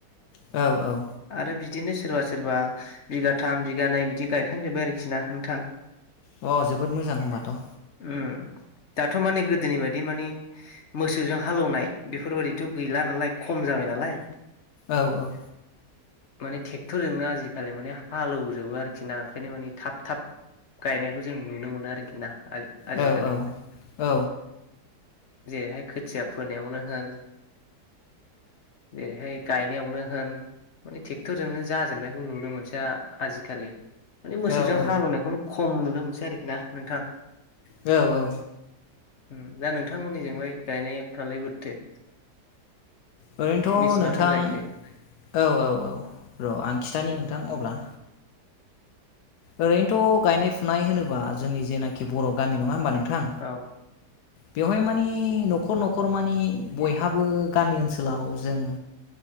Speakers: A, on the left; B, on the left.
A: औ औ
B: आरो बिदिनो सोरबा सोरबा बिगाथाम बिगानै बिदि गायखांजोब्बाय आरोखि ना नोंथां।
A: अ जोबोद मोजां होनबाथ।
B: उम दाथ माने गोदोनि बायदि माने मोसौजों हालौवनाय बेफोरबायादिथ गैला नालाय खम जाबाय नालाय।
A: औ औ
B: माने थेगथरजोंनो आजिखालि माने हालौवजोबो आरोखि ना ओंखायनो माने थाब थाब गायनायखो जों नुनो मोनो आरोखि ना आजि-आजिकालि।
A: औ औ
B: जेरैहाय खोथिया फोनायावनो होन जेरैहाय गायनायावनो होन माने थेडक्टरजोंनो जाजोबनायखौ नुनो मोनसै आ-आजिखालि। माने मोसौजों
A: औ
B: हालेवनायखौनो खम नुनो मोनसै आरोखि ना नोंथां।
A: औ औ
B: ओम दा नोंथांमोननिजोंलाय गायनायफ्रालाय बोरैथो?
A: ओरैनोथ'
B: बेसेबांथो
A: नोंथां
B: गायखो।
A: औ औ औ र' आं खिथानि नोंथां अब्ला। ओरैनोथ गायनाय फुनाय होनोबा जोंनि जेनाखि बर' गामि नङा होमबा नों थां
B: औ
A: बेवहाय मानि नि न'खर न'खर मानि बयहाबो गामि ओनसोलाव जों